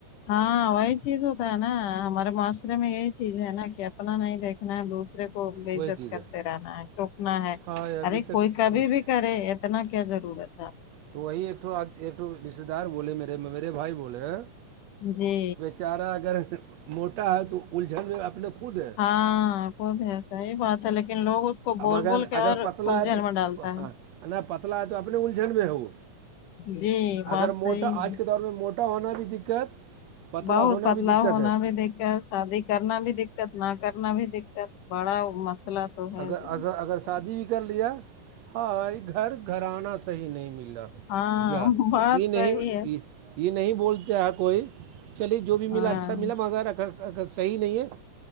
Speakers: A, on the left (about 75°); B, on the right (about 70°).
A: ہاں وہی چیز ہوتا ہے نا ہمارے معاشرے میں یہی چیز ہے نا کہ اپنا نہیں دیکھنا ہے دودھ رے کو ب
B: وہی
A: عزت
B: چیز
A: کرتے
B: ہے
A: رہنا ہے ٹوکنا ہے
B: ہاں ابھی
A: ارے
B: تک
A: کوئی کبھی
B: دوسرے
A: بھی کرے اتنا کیا ضرورت تھا
B: تو وہی ایک ایک رشتے دار بولے مے میرے بھائی بولے
A: جی
B: چارا اگر موٹا ہے تو الجھن میں اپنے کو خود ہے
A: ہاں وہ تو ہے صحیح بات ہے لیکن لوگ اس کو بول
B: مگر
A: بول کے اور
B: اگر پتلا
A: الجھن
B: ہے تو
A: میں ڈالتا
B: ہاں
A: ہے
B: پتلا ہے تو اپنے الجھن میں ہو وہ
A: جی بات
B: اگر موٹا
A: صحیح ہے
B: آج کے دور میں موٹا چھا ہونا بھی دقت پتلا
A: بہت
B: ہونا
A: بدلاؤ
B: بھی دقت
A: ہونا
B: ہے
A: بھی دقت شادی کرنا بھی دقت نہ کرنا بھی دقت بڑا مسئلہ تو ہے
B: اگر
A: زندگی
B: اگر
A: سے
B: شادی بھی کر لیا ہاں گھر گھرانا صحیح نہیں ملا
A: ہاں
B: جا
A: بات
B: یہ نہیں
A: صحیح ہے
B: یہ نہیں بولتے آ کوئی چلیے جو بھی
A: ہاں
B: ملا اچھا ملا مگر رکھ صحیح نہیں ہے